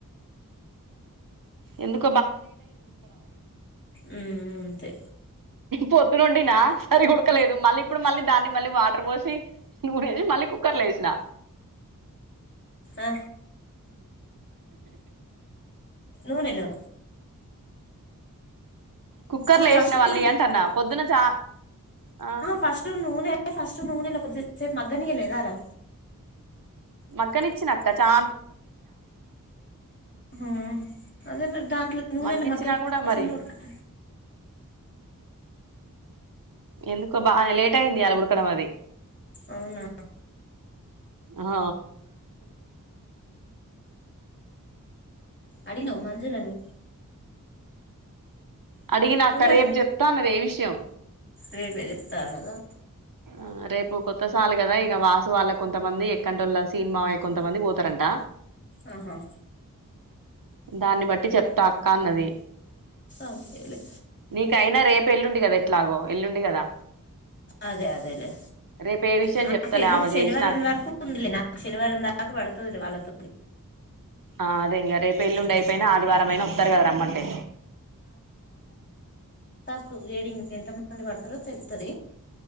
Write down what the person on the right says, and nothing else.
ఎందుక్
పొద్దునోన్డినా సరిగుడకలేదు. మళ్ళీ ఇప్పుడు మళ్ళీ దాన్ని మళ్ళీ వాటర్ పోసి నూడేసి మళ్ళీ కుక్కర్లో వేసినా.
కుక్కర్
లో
ఏసినా మళ్ళీ అంటాన్న పొద్దున్న చా ఆ
మగ్గనిచ్చినక్క చా
మగ్గిచ్చినా
కూడా మరి
ఎందుకో బానే లేట్ అయింది ఇయాల ఉడకడం అది
హ
అడిగినక్క
రేపు చెప్తా అన్నది ఏ విషయం
ఆ రేపు కొత్త సాలు కదా ఇగ వాసు వాళ్ళ కొంతమంది ఎక్కంటోళ్ళ సీను మామయ్య కొంతమంది పోతరంట
దాన్ని బట్టి చెప్తా అక్క అన్నది
నీకయినా రేపు ఎల్లుండి కదా ఎట్లాగో ఎల్లుండి కదా
రేపు ఏ విషయం
చెప్తలే
ఆమె
చేసిన
ఆ అదే ఇంగా రేపు ఎల్లుండి అయిపోయినా ఆదివారమయినా వత్తరు కదా రమ్మంటే